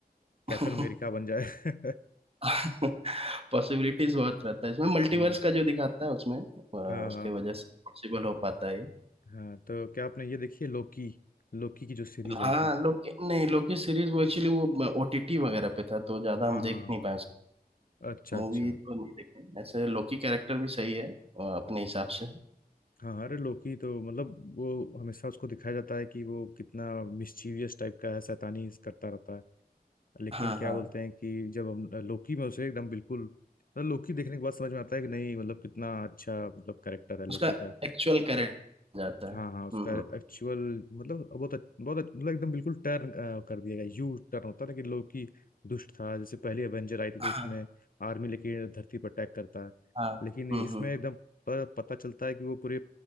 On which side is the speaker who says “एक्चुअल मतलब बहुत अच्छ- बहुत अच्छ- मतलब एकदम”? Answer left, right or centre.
Left